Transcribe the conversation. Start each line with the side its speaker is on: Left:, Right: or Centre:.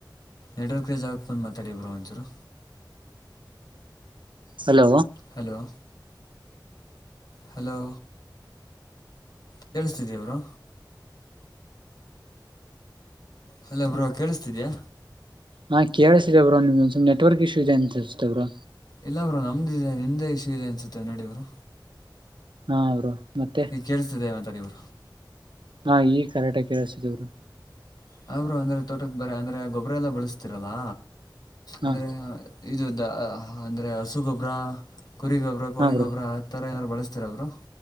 Left: ನೆಟ್ವರ್ಕ್ ಇರೋ ಜಾಗಕ್ಕ ಬಂದು ಮಾತಾಡಿ ಬ್ರೋ ಒಂಚೂರು.
Right: ಹಲೋ
Left: ಹಲೋ ಹಲೋ ಕೇಳಸ್ತಿದೆಯ ಬ್ರೋ. ಹಲೋ ಬ್ರೋ ಕೇಳಸ್ತಿದ್ಯಾ.
Right: ಹಾ ಕೇಳಸ್ತಿದೆ ಬ್ರೋ ನಿಮ್ದಸಾ ನೆಟ್ವರ್ಕ್ ಇಶ್ಯೂ ಇದೆ ಅಂತ ಅಷ್ಟೆ ಬ್ರೋ.
Left: ಇಲ್ಲ ಬ್ರೋ ನಮ್ದದಿದೆ ನಿಮ್ದೇ ಇಶ್ಯೂ ಇದೆ ಅನ್ಸುತ್ತೆ ನೋಡಿ ಬ್ರೋ.
Right: ಹಾ ಬ್ರೋ ಮತ್ತೆ
Left: ಈಗ ಕೇಳಿಸತಿದೆ ಮಾತಡ ಇವಾಗ.
Right: ಹಾ ಈಗ ಕರೆಟಾಗಿ ಕೇಳಸ್ತಿದೆ ಬ್ರೋ.
Left: ಹಾ ಬ್ರೋ ಅಂದ್ರೆ ತೋಟಕ್ ಬರ ಅಂದ್ರೆ ಗೊಬ್ಬ್ರ ಎಲ್ಲ ಬಳಸ್ತಿರಲಾ
Right: ಹಾ
Left: ಅಂದ್ರೆ ಇದು ದ ಅ ಹ್ ಅಂದ್ರೆ ಹಸುಗೊಬ್ಬರ. ಕುರಿ ಗೊಬ್ರ ಕೋಳಿ
Right: ಹಾ ಬ್ರೋ
Left: ಗೊಬ್ರ ಆ ಥರ ಏನಾರ ಬಳಸ್ತಿರ ಬ್ರೋ.